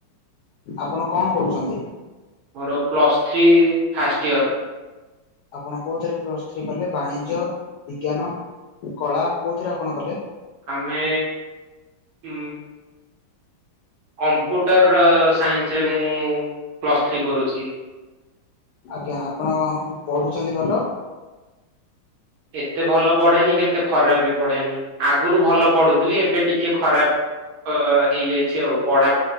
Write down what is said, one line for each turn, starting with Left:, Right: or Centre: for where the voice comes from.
Left: ଆପଣ କଣ କରୁଚନ୍ତି?
Right: ମୋର ପ୍ଲସ୍ ଥ୍ରୀ ଫାଷ୍ଟ ଇୟର।
Left: ଆପଣ କୋଉଥିରେ ପ୍ଲସ୍ ଥ୍ରୀ କଲେ ବାଣିଜ୍ୟ ବିଜ୍ଞାନ କଳା କୋଉଥିରେ ଆପଣ କଲେ?
Right: ଆମେ ଉଁ କମ୍ପ୍ୟୁଟର ସାଇନ୍ସରେ ମୁଁ ପ୍ଲସ୍ ଥ୍ରୀ କରୁଚି।
Left: ଆଜ୍ଞା ଆପଣ ପଢୁଚନ୍ତି ଭଲ
Right: ଏତେ ଭଲ ପଢେନି କି ଏତେ ଖରାପ ବି ପଢେନି ଆଗରୁ ଭଲ ପଢୁଥିଲି ଏବେ ଟିକେ ଖରାପ ଅ ହେଇଯାଇଛି ଆଉ ପଢା